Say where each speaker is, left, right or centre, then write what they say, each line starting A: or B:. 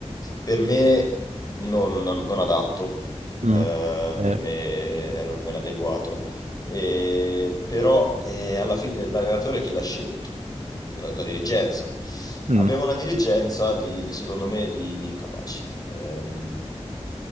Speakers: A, on the left; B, on the right.
A: per me non, non adatto,
B: mm,
A: eh,
B: Eh,
A: per me era proprio inadeguato. Eh, però eh, alla fine l'allenatore chi l'ha scelto? La, la dirigenza.
B: mm,
A: Abbiamo una dirigenza di, secondo me, di, di incapaci. Ehm,